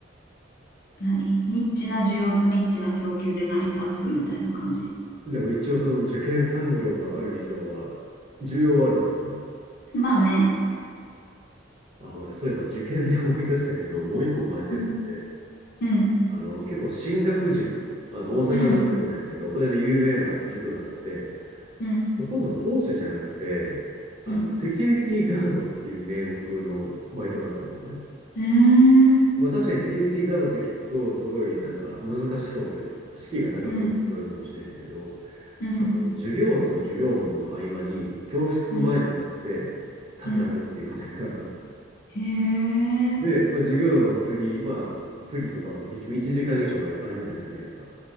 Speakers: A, on the left; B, on the right.
A: 何ニッチな需要とニッチな供給で成り立つみたいな感じ。
B: でも一応その受験産業がある以上は、需要はあるんだよな。
A: まあね。
B: あ、俺、そういえば受験で思い出したけど、もう一個バイトやってて、
A: うん、うん、
B: あの、結構進学塾、あの、大阪の塾なんやけど、
A: うん、
B: 有名な塾があって、
A: うん、
B: そこの講師じゃなくて、あの、
A: うん、
B: セキュリティガードっていう名目のバイトがあったのだね。
A: うん、
B: まあ確かにセキュリティガードって聞くと、すごいなんか難しそうというか、敷居が高そうに聞こえるかもしれへんけど、
A: うん、うん、
B: あの、授業と授業の合間に、教室の前に立って、
A: うん、
B: 立つだけっていうバイトがあったのよ
A: うん。へえ、
B: で、まあ、授業の次、まあ、次とかも結局1時間以上あれ空いてたりするやんか。